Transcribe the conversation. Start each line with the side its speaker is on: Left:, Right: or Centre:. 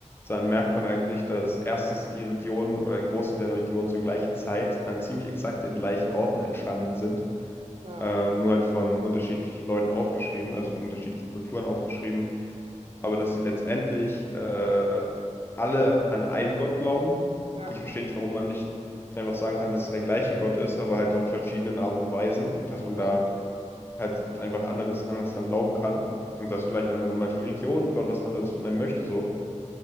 Left: dann merkt man eigentlich, dass erstens die Religionen oder ein Großteil der Religionen zur gleichen Zeit an ziemlich exakt den gleichen Orten entstanden sind,
Right: ja,
Left: ähm, nur halt von unterschiedlichen Leuten aufgeschrieben, also von unterschiedlichen Kulturen aufgeschrieben aber dass sie letztendlich äh, alle an einen Gott glauben.
Right: ja,
Left: Ich verstehe nicht, warum man nicht einfach sagen kann, dass es der gleiche Gott ist, aber halt auf verschiedenen Art und Weisen, dass man da
Right: ja.
Left: halt einfach anderes, anders dran glauben kann und dass vielleicht einfach in manchen Religionen Gott was anderes von einem möchte so.